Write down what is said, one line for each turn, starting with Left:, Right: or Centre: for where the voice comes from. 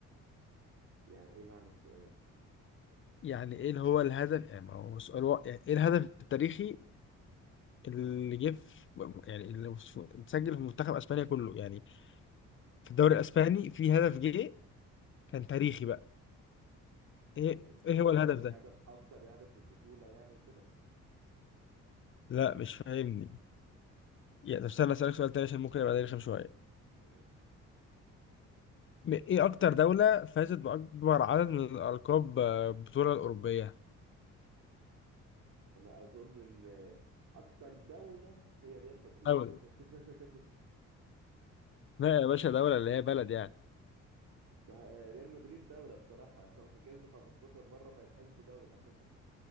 Right: يعني ايه معنى السؤال
Left: يعني ايه اللي هو الهدف يعني ما هو سؤال واقع. يعني ايه الهدف التاريخي اللي جه في يعني اللي في- اتسجل في منتخب اسبانيا كله يعني في الدوري الاسباني في هدف جه كان تاريخي بقى ايه
Right: يعني
Left: ايه
Right: انت
Left: هو الهدف
Right: قصدك
Left: ده؟
Right: هدف اثر يعني في البطوله يعني وكده
Left: لا مش فاهمني يعني طب استنى اسالك سؤال تاني عشان ممكن يبقى ده رخم شويه
Right: ماشي
Left: م- ايه اكتر دوله فازت باكبر عدد من الالقاب آه، بطوله الاوروبيه؟
Right: انا اظن ان اكتر دوله هي ريال مدريد
Left: دولة
Right: <laughs>
Left: لا يا باشا دولة اللي هي بلد يعني
Right: ما هي ريال مدريد دوله بصراحه <laughs> هم كسبوا 15 مره فيتحسبوا دوله <laughs>